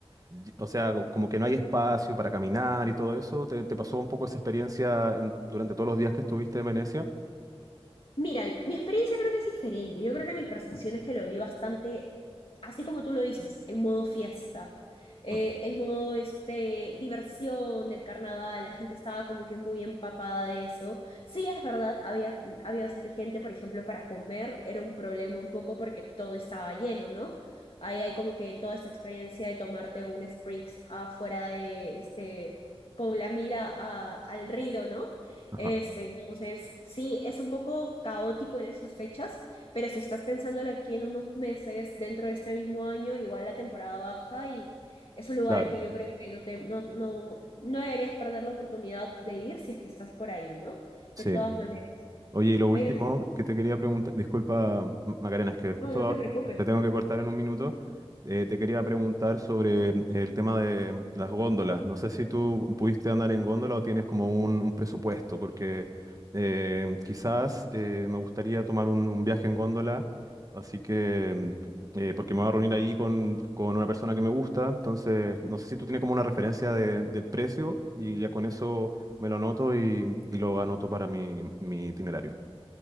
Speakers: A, on the right; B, on the left.
A: ll- o sea, co- como que no hay espacio para caminar y todo eso. ¿Te, te pasó un poco esa experiencia en- durante todos los días que estuviste en Venecia?
B: Mira, mi experiencia creo que es diferente. Yo creo que mi percepción es que lo vi bastante, así como tú lo dices, en modo fiesta, eh,
A: Ujú.
B: en modo este, diversión del carnaval. La gente estaba como que muy empapada de eso. Sí, es verdad, había, había bastante gente, por ejemplo, para comer era un problema un poco porque todo estaba lleno, ¿no? Ahí hay como que toda esta experiencia de tomarte un Sprix afuera de este, con la mira a- al río, ¿no?
A: Ajá,
B: Este, entonces, sí, es un poco caótico en esas fechas, pero si estás pensándolo aquí en unos meses, dentro de este mismo año, igual la temporada baja y es un lugar
A: claro.
B: al que yo creo que no te, no, no, no deberías perder la oportunidad de ir si es que estás por ahí, ¿no?
A: Sí.
B: De todas maneras,
A: Oye, y lo último
B: pero
A: que te quería preguntar, disculpa M- Macarena, es que
B: no,
A: justo
B: no te
A: ahora
B: preocupes.
A: te tengo que cortar en un minuto. Eh, te quería preguntar sobre mm, el tema de mm, las góndolas. No sé si tú pudiste andar en góndola o tienes como un, un presupuesto, porque eh, quizás eh, me gustaría tomar un, un viaje en góndola, así que, mm, eh, porque me voy a reunir ahí con, con una persona que me gusta, entonces no sé si tú tienes como una referencia de- del precio y ya con eso me lo anoto y, y lo anoto para mi, mi itinerario.